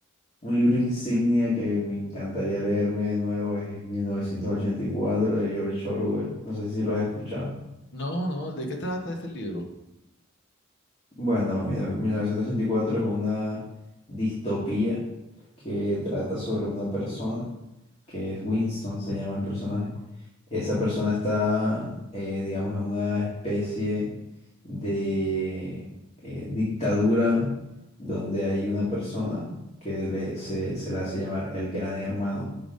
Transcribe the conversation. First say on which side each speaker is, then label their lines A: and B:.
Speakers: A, on the left; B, on the left.
A: un libro insignia que me encantaría leerme de nuevo es 1984 de George Orwell. No sé si lo has escuchado.
B: No, no, ¿de qué trata este libro?
A: Bueno, mira, 1984 es una distopía que trata sobre una persona que es Winston, se llama el personaje. Esa persona está, eh, digamos, en una especie de eh, dictadura donde hay una persona que le- se, se le hace llamar el gran hermano,